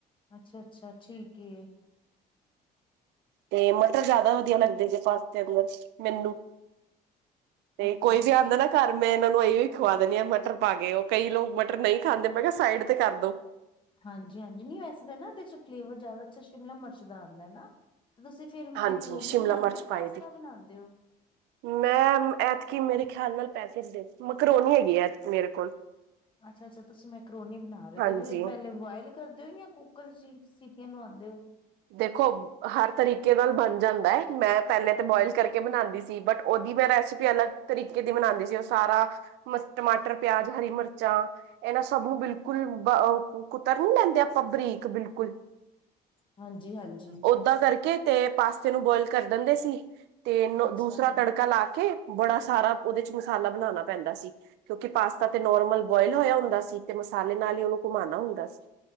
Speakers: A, on the left (about 30°); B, on the right (about 85°).
A: ਅੱਛਾ ਅੱਛਾ ਠੀਕ ਏ
B: ਤੇ ਮਟਰ ਜ਼ਿਆਦਾ ਵਧੀਆ ਲੱਗਦੇ ਗ ਪਾਸਤੇ ਅੰਦਰ ਮੈਨੂੰ ਤੇ
A: ਅੱਛਾ
B: ਕੋਈ ਵੀ
A: ਤੇ
B: ਆਉਂਦਾ ਨਾ ਘਰ ਮੈਂ ਇਹਨਾਂ ਨੂੰ ਇਹ ਵੀ ਖਵਾ ਦਿੰਦੀ ਹਾਂ ਮਟਰ ਪਾ ਕੇ ਉਹ, ਕਈ ਲੋਕ ਮਟਰ ਨਹੀਂ ਖਾਂਦੇ ਮੈਂ ਕਿਹਾ ਸਾਈਡ ਤੇ ਕਰ ਦੋ
A: ਹਾਂਜੀ ਹਾਂਜੀ ਨਹੀਂ ਵੈਸੇ ਤਾਂ ਨਾ ਇਹਦੇ ਚ ਫਲੇਵਰ ਜ਼ਿਆਦਾ ਅੱਛਾ ਸ਼ਿਮਲਾ ਮਿਰਚ ਦਾ ਆਉਂਦਾ ਹੈ ਨਾ ਤੇ ਤੁਸੀਂ ਫੇਰ
B: ਹਾਂਜੀ
A: ਮੈਕਰੋਨੀ
B: ਸ਼ਿਮਲਾ
A: ਬਣਾਉਂਦੇ
B: ਮਿਰਚ
A: ਹੋ
B: ਪਾਈ
A: ਪਾਸਤਾ
B: ਦੀ
A: ਬਣਾਉਦੇ ਹੋ
B: ਮੈਂ ਐਤਕੀ ਮੇਰੇ ਖਿਆਲ ਨਾਲ ਪੈਕੇਟ ਮਰਰੋਨੀ ਹੈਗੀ ਮੇਰੇ ਕੋਲ
A: ਅੱਛਾ ਅੱਛਾ ਤੁਸੀਂ ਮੈਕਰੋਨੀ ਬਣਾ ਰਹੇ
B: ਹਾਂਜੀ
A: ਹੋ ਤੇ ਫਿਰ ਇਹਨੂੰ ਪਹਲੇ ਬਆਇਲ ਕਰਦੇ ਹੋ ਜਾਂ ਕੁੱਕਰ ਚ ਈ ਸੀਟਿਆਂ ਲਵਾਉਂਦੇ ਹੋ
B: ਦੇਖੋ ਹਰ ਤਰੀਕੇ ਨਾਲ ਬਣ ਜਾਂਦਾ ਹੈ ਮੈਂ ਪਹਿਲੇ ਤੇ ਬੋਇਲ ਕਰਕੇ ਬਣਾਉਂਦੀ ਸੀ ਬਟ ਉਹਦੀ ਮੈਂ ਰੈਸਿਪੀ ਅਲੱਗ ਤਰੀਕੇ ਦੇ ਮਨਾਉਂਦੇ ਸੀ ਉਹ ਸਾਰਾ ਮ ਟਮਾਟਰ ਪਿਆਜ ਹਰੀ ਮਿਰਚਾਂ ਐ ਨਾਂ ਸਭ ਨੂੰ ਬਿਲਕੁਲ ਬ ਅ ਕੁ ਕੁਤਰ ਨੀ ਲੈਂਦੇ ਆਪਾਂ ਬਰੀਕ ਬਿਲਕੁਲ।
A: ਹਾਂਜੀ-ਹਾਂਜੀ।
B: ਤਾਂ ਕਰਕੇ ਤੇ ਪਾਸਤੇ ਨੂੰ ਬੋਇਲ ਕਰ ਦਿੰਦੇ ਸੀ ਤੇ ਮ
A: ਅੱਛਾ,
B: ਦੂਸਰਾ ਤੜਕਾ ਲਾ ਕੇ ਬੜਾ ਸਾਰਾ ਓਦੇ 'ਚ ਮਸਾਲਾ ਬਣਾਣਾ ਪੈਂਦਾ ਸੀ। ਕਿਉਂਕਿ ਪਾਸਤਾ ਤੇ ਨੋਰਮਲ ਬੋਏਲ ਹੋਏਆ ਹੁੰਦਾ ਸੀ ਤੇ ਮਸਾਲੇ ਨਾਲ ਈ ਓਨੂੰ ਘੁਮਾਣਾ ਹੁੰਦਾ ਸ